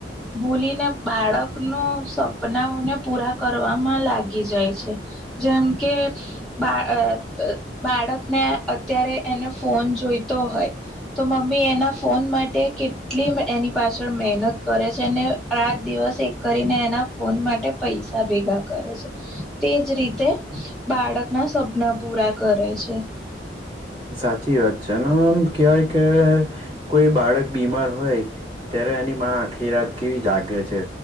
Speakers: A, in the centre; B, on the right.
A: ભૂલીને બાળક નો સપનાઓને પૂરા કરવામાં લાગી જાય છે જેમ કે બા બાળકને અત્યારે એને ફોન જોઈતો હોય તો મમ્મી એના ફોન માટે કેટલી એની પાસે મહેનત કરે છે ને રાત દિવસ એક કરીને એના ફોન માટે પૈસા ભેગા કરે છે તેજ રીતે બાળકના સપના પૂરા કરે છે
B: સાચી વાત છે એ આમ કહેવાય કે કોઈ બાળક બીમાર હોય ત્યારે એનીમાં આખી રાત કેવી જાગે છે